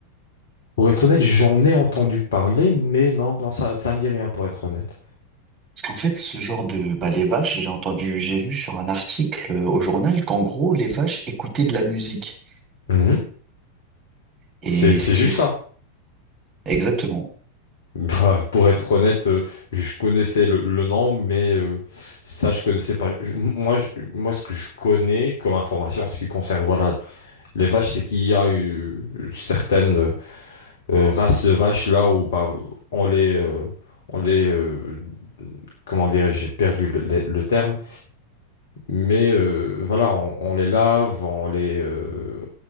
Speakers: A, on the left (about 60°); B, on the right (about 20°).
A: Pour être honnête, j'en ai entendu parler, mais non, non, ça, ça me dit rien, pour être honnête.
B: Parce qu'en fait, ce genre de, bah, les vaches, j'ai entendu, j'ai vu sur un article euh, au journal qu'en gros, les vaches écoutaient de la musique.
A: Mhm.
B: Et
A: C'est, c'est
B: ce qui
A: juste
B: est fou.
A: ça.
B: Exactement.
A: Bah, pour être honnête, euh, je connaissais le, le nom, mais euh, ça, je connaissais pas. Je- moi, je- moi, ce que je connais comme information, ce qui concerne voilà, les vaches, c'est qu'il y a euh, certaines euh, races de vaches là où bah, on les, euh, on les, euh, comment dirais-je, j'ai perdu le, le- le terme, mais euh, voilà, on, on les lave, on les, euh,